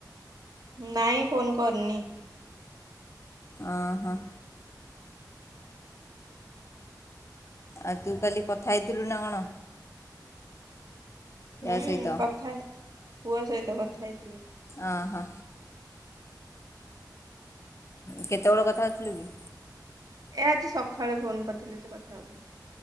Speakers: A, on the right; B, on the left.
A: ନାଇଁ ଫୋନ୍ କରିନି।
B: ଓହୋ। ଆଉ ତୁ କାଲି କଥା ହେଇଥିଲୁନା କଣ? ୟା
A: ହୁଁ
B: ସହିତ
A: କଥା ପୁଅ ସହିତ କଥା ହେଇଥିଲି।
B: ଅ ହୋ। କେତେବେଳେ କଥା ହଉଥିଲୁକି?
A: ଏ ଆଜି ସକାଳେ ଫୋନ୍ କରିଥିଲେ ଯେ କଥା ହଉଥୁନି।